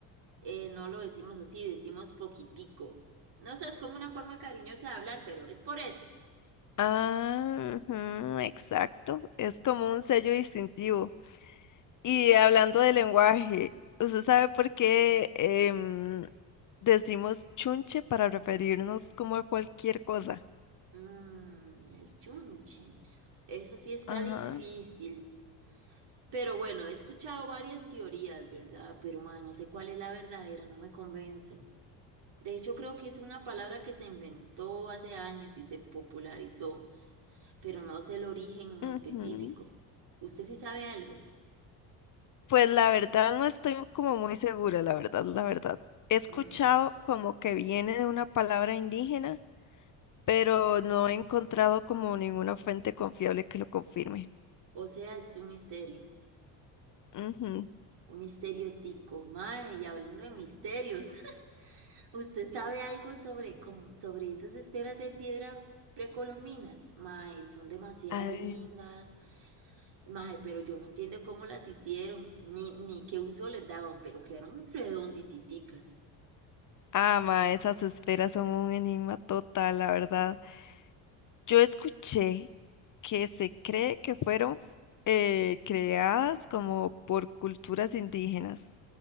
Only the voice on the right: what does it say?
eh, no lo decimos así, decimos poquitico. No sé, es como una forma cariñosa de hablar, pero es por eso.
Mm, el chunche. Eso sí está
difícil. Pero bueno, he escuchado varias teorías, ¿verdad? Pero ma, no sé cuál es la verdadera, no me convencen. De hecho, creo que es una palabra que se inventó hace años y se popularizó, pero no sé el origen
específico. ¿Usted sí sabe algo?
Mm,
o sea, es un misterio.
Un misterio tico, mae, y hablando de misterios, <laughs> ¿usted sabe algo sobre, como, sobre esas esferas de piedra precolombinas? Mae, son demasiado
lindas, mae, pero yo no entiendo cómo las hicieron, ni, ni qué uso les daban, pero quedaron redondititicas.